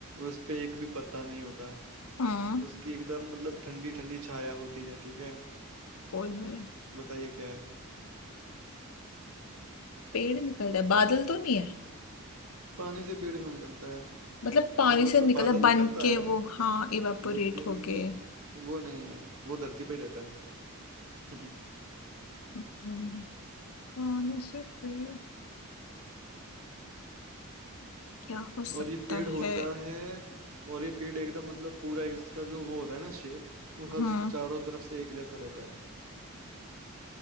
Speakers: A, on the right; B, on the left.
A: उस पे एक भी पत्ता नहीं होता
B: हाँ
A: उसकी एकदम मतलब ठंडी ठंडी छाया होती है ठीक है
B: ओए होए
A: बताइए क्या है
B: पेड़ निकलता है बादल तो नहीं है
A: पानी से पेड़ कहाँ निकलता है
B: मतलब पानी
A: हाँ मतलब
B: से निकलता
A: बादल
B: है बन
A: निकलता
B: के
A: है
B: वो हाँ इवापोरेट
A: लेकिन
B: हो गए
A: वो नहीं है वो धरती पे ही रहता है <laughs>
B: हम्म, पानी से पेड़ क्या हो सकता
A: और ये पेड़ होता
B: है
A: है और ये पेड़ एकदम मतलब पूरा इसका जो वो होता है ना शेप वो हर
B: हम्म
A: चारों तरफ से एक जैसा रहता है